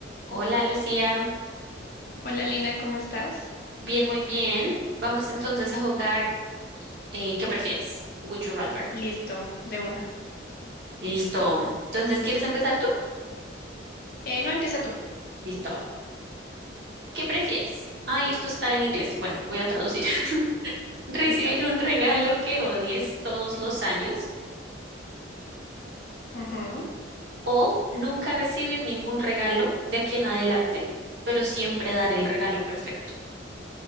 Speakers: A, on the right (about 60°); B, on the left (about 50°).
A: Hola Lucía,
B: Hola Lina, ¿cómo estás?
A: bien, muy bien. Vamos entonces a jugar eh, ¿qué prefieres? Would you rather.
B: Listo, de una.
A: Listo. Entonces, ¿quieres empezar tú?
B: Eh, no, empieza tú.
A: Listo. ¿Qué prefieres? Ay, esto está en inglés. Bueno, voy a traducir. <laughs> ¿Recibir
B: Está bien.
A: un regalo que odies todos los años
B: Ujú.
A: o nunca recibir ningún regalo de aquí en adelante, pero siempre dar el regalo perfecto?